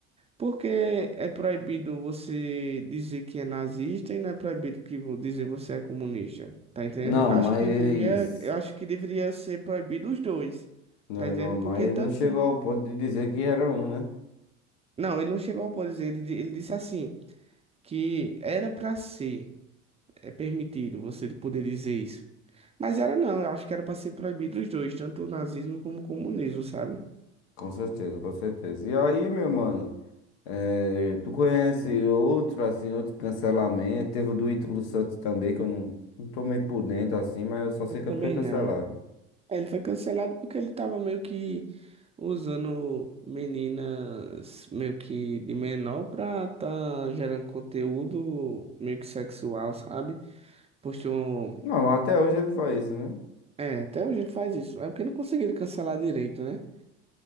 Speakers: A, on the right (about 20°); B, on the left (about 75°).
A: Porque é proibido você dizer que é nazista e não é proibido que vo- dizer você é comunista. Tá entendendo?
B: Não,
A: Acho
B: mas
A: que deveria, eu acho que deveria ser proibido os dois.
B: não,
A: Tá entendendo?
B: não, mas
A: Porque
B: ele
A: tanto.
B: não chegou ao ponto de dizer que era um, né?
A: Não, ele não chegou ao ponto de dizer, ele, di- ele disse assim, que era pra ser é permitido você poder dizer isso. Mas era não, eu acho que era pra ser proibido os dois, tanto o nazismo como o comunismo, sabe?
B: Com certeza, com certeza. E aí, meu mano, eh, tu conhece outro, assim, outro cancelamento? Teve o do Ítalo Santos também, que eu não, não tô meio por dentro, assim, mas eu só sei
A: Eu também
B: que ele foi cancelado.
A: não. Ele foi cancelado porque ele tava meio que usando meninas meio que de menor pra tá gerando conteúdo meio que sexual, sabe? Postou.
B: Não, mas até hoje ele faz isso, né?
A: É, até hoje ele faz isso. É porque não conseguiram cancelar direito, né?